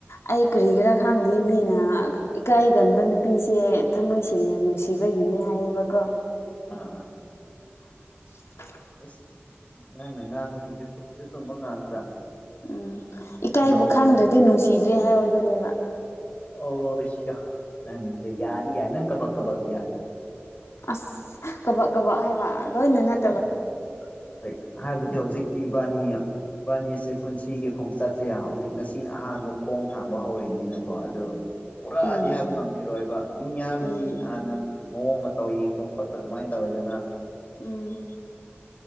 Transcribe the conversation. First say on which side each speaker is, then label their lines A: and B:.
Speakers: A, on the left (about 85°); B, on the left (about 35°).
A: ꯑꯩ ꯀꯔꯤꯒꯤꯔꯥ ꯈꯪꯗꯦ ꯃꯤꯅ ꯏꯀꯥꯏꯒꯟꯕ ꯅꯨꯄꯤꯁꯦ ꯊꯝꯃꯣꯏ ꯁꯦꯡꯅ ꯅꯨꯡꯁꯤ ꯁꯤꯕꯒꯤꯅꯤ ꯍꯥꯏꯌꯦꯕꯀꯣ
B: ꯑꯥ
A: <unintelligible>
B: ꯑꯁ ꯅꯪꯅ ꯉꯥꯡꯕꯁꯤꯡꯁꯦ ꯆꯨꯝꯁꯦ ꯆꯨꯝꯕ ꯉꯥꯛꯇ
A: ꯎꯝ ꯏꯀꯥꯏꯕꯨ
B: ꯑꯗꯣ
A: ꯈꯪꯗ꯭ꯔꯗꯤ ꯅꯨꯡꯁꯤꯗ꯭ꯔꯦ ꯍꯥꯏꯕ ꯑꯗꯨꯅꯦꯕ
B: ꯑꯣ <inaudible> ꯅꯪꯁꯦ ꯌꯥꯔ ꯌꯥꯏ ꯅꯪ ꯀꯕꯛ ꯀꯕꯛ ꯌꯥꯏ
A: ꯑꯁ ꯀꯕꯛ ꯀꯕꯛ ꯍꯥꯏꯕ ꯂꯣꯏꯅꯥꯃꯛ
B: ꯎꯝ ꯍꯣꯏ ꯍꯥꯏꯕꯗꯤ ꯍꯧꯖꯤꯛꯇꯤ ꯏꯕꯥꯅꯤ ꯢꯕꯥꯅꯤꯁꯦ ꯄꯨꯟꯁꯤꯒꯤ ꯈꯣꯡꯆꯠꯁꯦ ꯍꯧꯖꯤꯛ ꯉꯁꯤꯅ ꯑꯍꯥꯟꯕ ꯈꯣꯡ ꯊꯥꯡꯕ ꯍꯧꯔꯤꯅꯤꯅꯀꯣ ꯑꯗꯣ ꯄꯨꯔꯥꯗꯤ
A: ꯎꯝ
B: ꯍꯥꯏꯕ ꯉꯝꯈꯤꯔꯣꯏꯕ ꯃꯤ ꯍꯥꯏꯕꯗꯤ
A: ꯎꯝ
B: ꯍꯥꯟꯅ ꯃꯑꯣꯡ ꯃꯇꯧ ꯌꯦꯡꯕ ꯈꯣꯠꯄ ꯑꯗꯨꯃꯥꯏꯅ ꯇꯧꯋꯦꯗꯅ
A: ꯎꯝ